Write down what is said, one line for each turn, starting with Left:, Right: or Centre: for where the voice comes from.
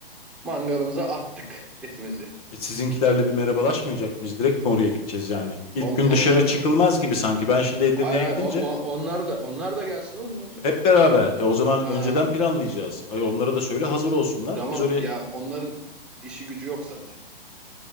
Centre: Mangalımıza attık etimizi.
Left: E, sizinkilerle bir merhabalaşmayacak mıyız? Direkt mi oraya gideceğiz yani? İlk
Centre: On,
Left: gün
Centre: onlar
Left: dışarı çıkılmaz
Centre: da,
Left: gibi sanki. Ben şimdi Edirne'ye
Centre: ay, ay,
Left: gidince
Centre: o- o- onlar da onlar da gelsin oğlum ne olacak?
Left: hep beraber. E, o zaman
Centre: Ha,
Left: önceden planlayacağız. Ay, onlara da söyle hazır olsunlar.
Centre: tamam
Left: Biz oraya
Centre: ya onların işi gücü yok zaten.